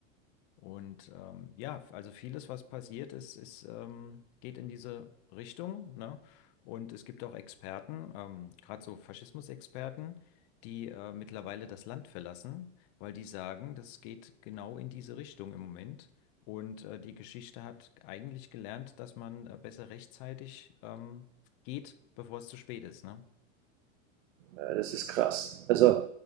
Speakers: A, on the left (about 35°); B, on the right (about 65°).
A: Und ähm, ja, also vieles, was passiert ist, ist ähm, geht in diese Richtung, ne? Und es gibt auch Experten, ähm, gerade so Faschismusexperten, die äh, mittlerweile das Land verlassen, weil die sagen, das geht genau in diese Richtung im Moment. Und äh, die Geschichte hat eigentlich gelernt, dass man äh, besser rechtzeitig ähm, geht, bevor es zu spät ist, ne?
B: Ja, das ist krass. Also,